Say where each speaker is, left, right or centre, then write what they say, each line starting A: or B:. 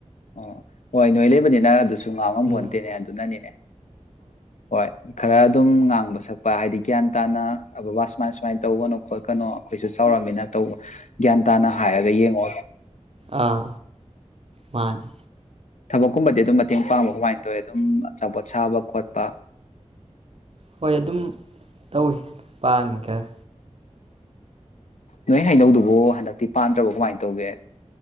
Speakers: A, on the left; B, on the right.
A: ꯑꯣ ꯍꯣꯏ ꯅꯣꯏ ꯂꯩꯕꯅꯤꯅ ꯑꯗꯨꯁꯨ ꯉꯥꯡ ꯉꯝꯕ
B: ꯎꯝ
A: ꯅꯠꯇꯦꯅꯦ ꯑꯗꯨꯅꯅꯤꯅꯦ ꯍꯣꯏ ꯈꯔ ꯑꯗꯨꯝ ꯉꯥꯡꯕ ꯁꯛꯄ ꯍꯥꯏꯗꯤ ꯒ꯭ꯌꯥꯟ ꯇꯥꯅ ꯕꯕꯥ ꯁꯨꯃꯥꯏ ꯁꯨꯃꯥꯏꯅ ꯇꯧꯒꯅꯨ ꯈꯣꯠꯀꯅꯨ ꯑꯩꯈꯣꯏꯁꯨ ꯆꯥꯎꯔꯝꯃꯤꯅ ꯇꯧꯕ ꯒ꯭ꯌꯥꯟ ꯇꯥꯅ ꯍꯥꯏꯔꯒ ꯌꯦꯡꯉꯣ
B: ꯑꯥ ꯃꯥꯅꯤ
A: ꯊꯕꯛꯀꯨꯝꯕꯗꯤ ꯑꯗꯨꯝ ꯃꯇꯦꯡ ꯄꯥꯡꯕ ꯀꯃꯥꯏꯅ ꯇꯧꯋꯤ ꯑꯗꯨꯝ ꯑꯆꯥꯄꯣꯠ ꯁꯥꯕ ꯈꯣꯠꯄ
B: ꯍꯣꯏ ꯑꯗꯨꯝ ꯇꯧꯏꯤ ꯄꯥꯡ ꯈꯔ
A: ꯅꯣꯏ ꯍꯩꯅꯧꯗꯨꯕꯨ ꯍꯟꯗꯛꯇꯤ ꯄꯥꯟꯗ꯭ꯔꯕꯣ ꯀꯃꯥꯏꯅ ꯇꯧꯒꯦ